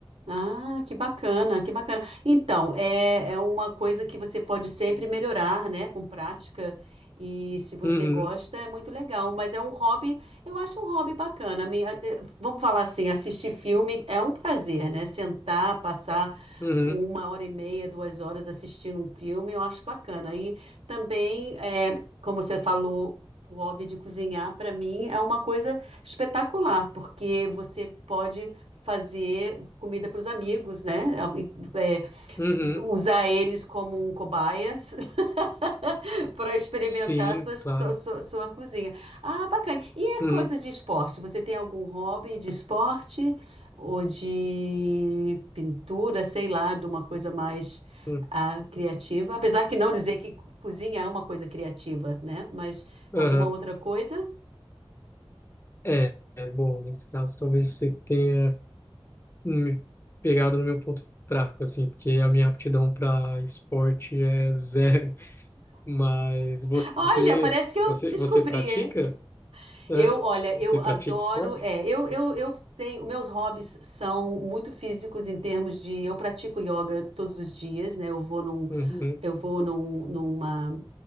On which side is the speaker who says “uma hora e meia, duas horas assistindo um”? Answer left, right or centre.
Right